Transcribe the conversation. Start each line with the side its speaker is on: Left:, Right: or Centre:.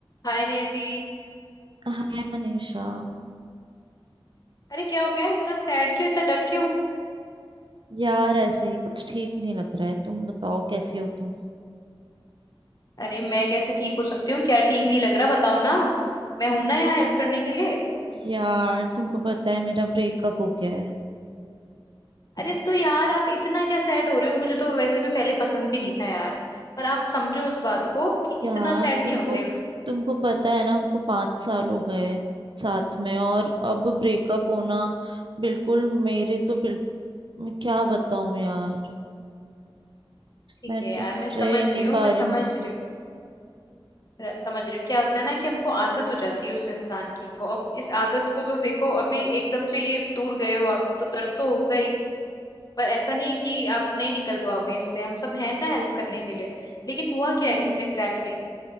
Left: हाय नियति
Right: हाय मनीषा
Left: अरे क्या हो गया इतना सैड क्यों इतना डल क्यों
Right: यार ऐसे ही कुछ ठीक नहीं लग रहा है तुम बताओ कैसी हो तुम
Left: अरे मैं कैसे ठीक हो सकती हूँ क्या ठीक नहीं लग रहा बताओ ना मैं हूं ना यहाँ हेल्प करने के लिए
Right: यार तुमको पता है मेरा ब्रेकअप हो गया है
Left: अरे तो यार आप इतना क्या सैड हो रहे हो मुझे तो वैसे भी पहले पसंद भी नहीं था यार पर आप समझो उस बात को कि
Right: यार
Left: इतना सैड
Right: तुमको
Left: नहीं होते
Right: तुमको पता है ना हमको पाँच साल हो गए साथ में और अब ब्रेकअप होना बिल्कुल मेरे तो बिल मैं क्या बताऊं यार
Left: ठीक
Right: मैं
Left: है
Right: तो
Left: यार मैं
Right: रह
Left: समझ
Right: ही नहीं
Left: रही हूँ
Right: पा
Left: मैं
Right: रही
Left: समझ
Right: हूँ
Left: रही हूँ र- समझ रही हूँ क्या होता है ना कि हमको आदत हो जाती है उस इंसान की तो अब इस आदत को तो देखो अभी एकदम से ये दूर गए हो आप तो दर्द तो होगा ही पर ऐसा नहीं है कि आप नहीं निकल पाओगे इससे हम सब हैं ना हेल्प करने के लिए लेकिन हुआ क्या
Right: हम्म,
Left: एग्जैक्टली exactly?